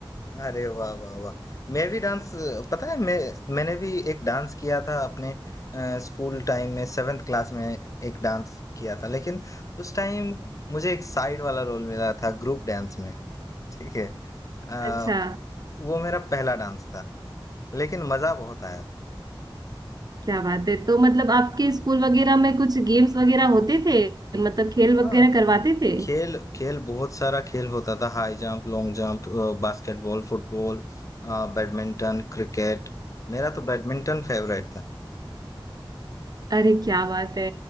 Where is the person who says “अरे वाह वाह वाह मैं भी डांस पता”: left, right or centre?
Left